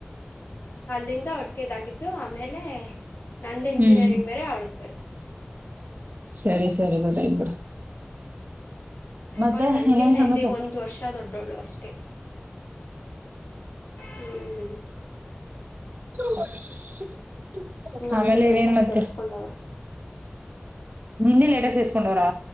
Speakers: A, on the left; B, on the right.
A: ಅಲ್ಲಿಂದ ಒಟ್ಟಿಗೆ ಇಗಿದ್ದು ಆಮೇಲೆ ನಂದು ಇಂಜಿನಿಯರಿಂಗ್
B: ಹ್ಮ್
A: ಬೇರೆ ಅವಳದ ಬೇರೆ
B: ಸರಿ <inaudible> ಮತ್ತೆ
A: ಅವಳು ನಂಗಿನ
B: ಇನ್ನೇನ್ ಸಮಾಚಾರ
A: ಎಲ್ಲಿ ಒಂದ್ ವರ್ಷ ದೊಡ್ಡವಳು ಅಷ್ಟೆ ಹ್ಮ್್ಮ
B: <inaudible>
A: ಹ್ಮ
B: ಆಮೇಲೆ
A: ಅಂದ ಲೇಟ್ಗ
B: ಇನ್ನೇನ್ ಮತ್ತೆ
A: ಸೇರಿಸಸ್ಕೊಂಡವ್ರಿ
B: ಇನ್ನೆ ಎಡಾ ಸೇಸ್ಕೊಂಡವರಾ